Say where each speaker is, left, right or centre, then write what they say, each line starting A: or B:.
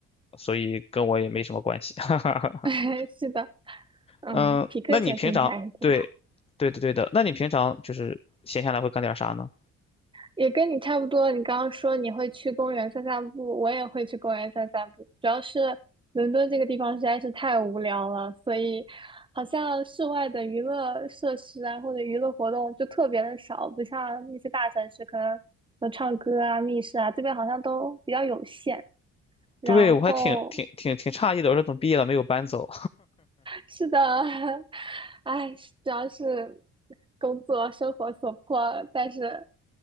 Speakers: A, on the left; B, on the right.
A: 所以跟我也没什么关系。<laughs> 哈哈
B: <laughs> 是的，嗯，
A: 嗯，
B: 匹克球听起来还是挺好。
A: 那你平常对，对的对的，那你平常就是闲下来会干点啥呢？
B: 也跟你差不多。你刚刚说你会去公园散散步，我也会去公园散散步。主要是伦敦这个地方实在是太无聊了，所以好像室外的娱乐设施啊，或者娱乐活动就特别的少，不像那些大城市可能有唱歌啊、密室啊，这边好像都比较有限。然后
A: 对，我还挺挺挺挺诧异的，我说怎么毕业了没有搬走？
B: 是的，<laughs> 哎，主要是工作生活所迫，但是